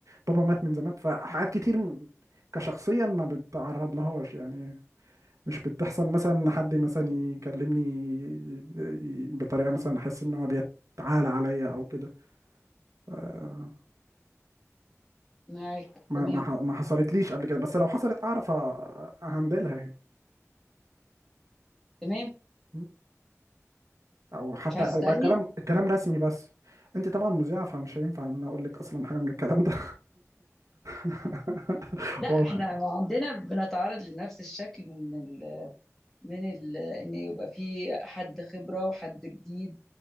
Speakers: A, on the right; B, in the centre.
A: بابا مات من زمان فحاجات كتير م- كشخصيا ما بتعرض لهاش يعني مش بتحصل مثلا ان حد مثلا يكلمني ي- ي- بطريقة مثلا احس ان هو بيتعالى عليا او كده آه
B: معاك
A: ما
B: تمام
A: ما ح- ما حصلتليش قبل كده بس لو حصلت اعرف أ- اهندلها يعني.
B: تمام
A: م? او حتى
B: مش عايز
A: هيبقى
B: تسألني
A: الكلام الكلام رسمي بس انت طبعا مذيعه فمش هينفع ان انا اقول لك اصلا حاجه من الكلام ده <laughs>
B: لا
A: والله
B: احنا عندنا بنتعرض لنفس الشكل من ال... من ال... ان يبقى في حد خبرة وحد جديد